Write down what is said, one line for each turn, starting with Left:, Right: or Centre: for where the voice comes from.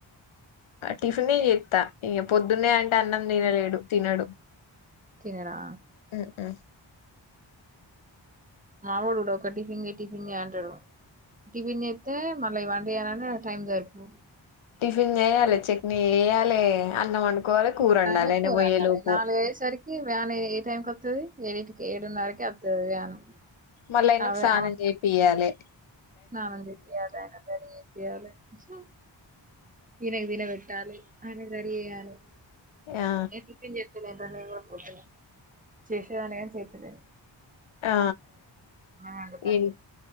Left: టిఫినే చేత్తా ఇక పొద్దున్నే అంటే అన్నం తినలేడు తినడు
Right: తినడా
Left: ఉ ఉ
Right: మా వాడు కూడా ఒక టిఫిన్ చెయ్ టిఫిన్ అంటడు టిఫిన్ చేస్తే మళ్ళీ వంట చేయాలంటే టైం సరిపోదు
Left: టిఫిన్ చేయాలె చెట్నీ ఏయాలె అన్నం వండుకోవాలి కూర వండాలి
Right: వ
Left: ఆయన
Right: కూరండాలీ
Left: పోయేలోపు
Right: నాలుగు అయ్యేసరికి వ్యాన్ ఏ టైమ్కి వస్తుది ఎడింటికి ఏడున్నరకి వత్తది వ్యాను
Left: మళ్ళయినక్
Right: అదే
Left: స్నానం
Right: ఆ
Left: చేపియ్యాలె
Right: స్నానం చెపియాలె ఆయన రెడీ చెపియాలి ఛ ఈనకు దీన పెట్టాలి ఆయనక్ రెడీ చేయాలి
Left: ఆ
Right: ఏ టిఫన్ చెస్తదా పో శేషి చేసె వాళ్ళు చేత్తలేదు
Left: ఆ
Right: వండుతాను
Left: ఏం